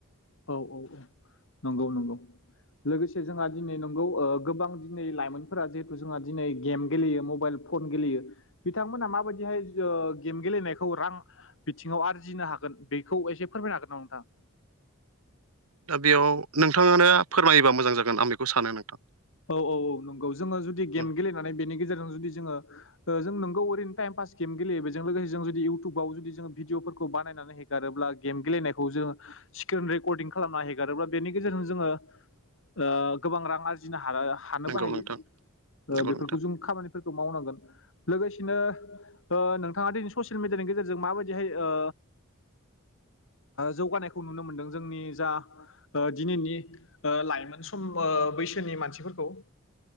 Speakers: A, on the left; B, on the right.
A: औ औ औ नंगौ नंगौ लोगोसे जोंहा दिनै नंगौ गोबां दिनै लाइमोनफोरा जिहेथु जोंहा दिनै गेम गेलेयो मबाइल फन गेलेयो बिथांमोनहा माबायदिहाय गेम गेलेनायखौ रां बिथिङाव आरजिनो हागोन बेखौ एसे फोरमाय हागोन नामा नोंथां?
B: दा बेयाव नोंथाङानो फोरमायोबा मोजां जागोन आं बेखौ सानो नोंथां।
A: औ-औ-औ नंगौ जोङो जुदि गेम
B: उम,
A: गेलेनानै बेनि गेजेरजों जुदि जोङो जों नोंगौ ओरैनो टाइमपास गेम गेलेयो बेजों लोगोसे जों जुदि इउटुबाव जुदि जोंङो भिदिअफोरखौ बानायनानै हे गारोब्ला गेम गेलेनायखौ जोङो स्क्रिन रेकर्डदिं खालामना हेगारोब्ला बेनि गेजेरजों जोङो ओ गोबां रां आरजिनो हा हानोबो
B: नंगौ
A: हायो
B: नोंथां नंगौ
A: बेफोरखौ
B: नोंथां
A: जों खामानि फोरखौ मावनांगोन लोगोसेनो नोंथाङा दिनै ससियेल मिडियानि गेजेरजों माबायदिहाय ओ जौगानायखौ नुनो मोन्दों जोंनि जा ओ दिनैनि ओ लाइमोन सम बैसोनि मानसिफोरखौ